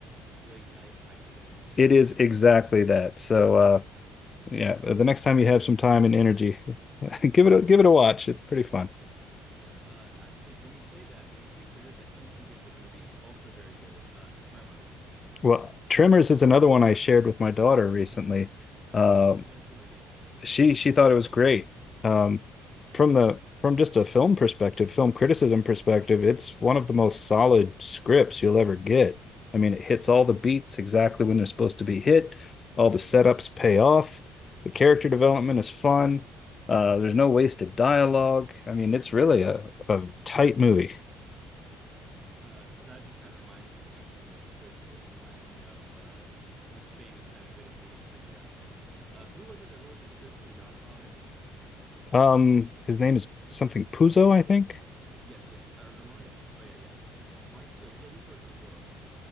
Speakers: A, on the right; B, on the left.
A: late night kind of thing for sure.
B: It is exactly that. So uh, Yeah, the next time you have some time and energy, <laughs> give it a, give it a watch. It's pretty fun.
A: Yeah, uh, because uh, when you say that, when you say Critters, I keep thinking of the movie, also very good, uh, Tremors.
B: Well, Tremors is another one I shared with my daughter recently. Uh,
A: Okay, how did you like it?
B: she she thought it was great. Um, from the from just a film perspective, film criticism perspective, it's one of the most solid scripts you'll ever get. I mean, it hits all the beats exactly when they're supposed to be hit. All the setups pay off. The character development is fun. Uh, there's no wasted dialogue. I mean, it's really a, a tight movie.
A: Uh, that just kind of reminds me, just mentioning like good scripts reminds me of uh, this famous kind of bit of movie trivia. Uh, who was it that wrote the script for The Godfather?
B: Um, his name is something Puzo, I think.
A: Yes, yes, uh, or Mario. Oh yeah, yeah, or Mario Puzo. He at least wrote the book.